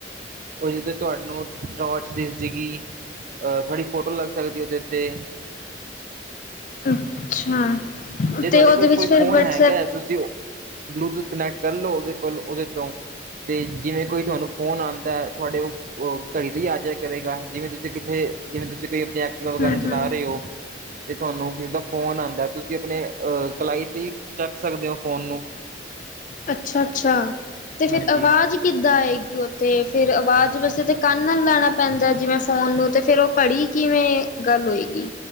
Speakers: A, on the right (about 45°); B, on the left (about 45°).
A: ਉਹਦੇ ਤੇ ਤੁਹਾਨੂੰ ਟੋਰਚ ਦਿਸਜੇਗੀ ਥਡੀ ਫੋਟੋ ਲੱਗ ਸਕਦੀ ਉਹਦੇ ਉੱਤੇ
B: ਅੱਛਾ
A: ਜੇ ਤੁਹਾਡੇ
B: ਤੇ ਓਦੇ
A: ਕੋਲ
B: ਵਿੱਚ
A: ਕੋਈ
B: ਫਿਰ
A: ਫ਼ੋਨ
B: ਵਟਸਐਪ
A: ਹੈਗਾ ਤੁਸੀਂ ਬਲੂਟੂਥ ਕਨੈਕਟ ਕਰ ਲਉ ਉਹਦੇ ਕੋਲ ਉਹਦੇ ਤੋਂ ਤੇ ਜਿਵੇਂ ਕੋਈ ਤੁਹਾਨੂੰ ਫੋਨ ਆਉਂਦਾ ਤੁਹਾਡੇ ਉਹ ਘੜੀ ਤੇ ਹੀ ਆ ਜਯਾ ਕਰੇਗਾ ਜਿਵੇਂ ਤੁਸੀਂ ਕਿਥੇ ਜਿਵੇਂ ਤੁਸੀਂ ਕੋਈ ਆਪਣੀ ਐਕਟੀਵਾ
B: ਹੂੰ-ਹੂੰ-ਹੂੰ-ਹੂੰ-ਹੂੰ-ਹੂੰ-ਹੂੰ-ਹੂੰ-ਹੂੰ-ਹੂੰ।
A: ਵਗੈਰਾ ਚਲਾ ਰਹੇ ਹੋ, ਤੇ ਤੁਹਾਨੂੰ ਕਿਸੇ ਦਾ ਫੋਨ ਆਉਂਦਾ, ਤੁਸੀਂ ਅਹ, ਕਲਾਈ ਤੇ ਹੀ ਚੱਕ ਸਕਦੇ ਹੋ ਫੋਨ ਨੂੰ
B: ਅੱਛਾ ਅੱਛਾ ਤੇ ਫੇਰ
A: ਹਾਂਜੀ
B: ਆਵਾਜ਼ ਕਿੱਦਾਂ ਆਏਗੀ ਉਤੇ, ਫੇਰ ਆਵਾਜ਼ ਵਾਸਤੇ ਤੇ ਕੰਨ ਨਾ ਲਾਣਾ ਪੈਂਦਾ ਜਿਵੇਂ ਫੋਨ ਨੂੰ ਤੇ ਫੇਰ ਉਹ ਘੜੀ ਕਿਵੇਂ ਗੱਲ ਹੋਏਗੀ